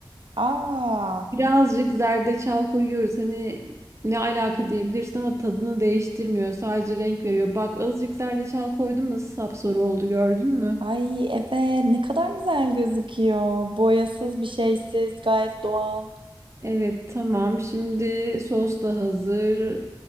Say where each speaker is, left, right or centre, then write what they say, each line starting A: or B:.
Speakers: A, on the right; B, on the right.
A: Aa.
B: Birazcık zerdeçal koyuyoruz. Hani ne alaka diyebilirsin ama tadını değiştirmiyor. Sadece renk veriyor. Bak azıcık zerdeçal koydum nasıl sapsarı oldu gördün mü?
A: Ay evet ne kadar güzel gözüküyor. Boyasız bir şeysiz gayet doğal.
B: Evet tamam. Şimdi sos da hazır.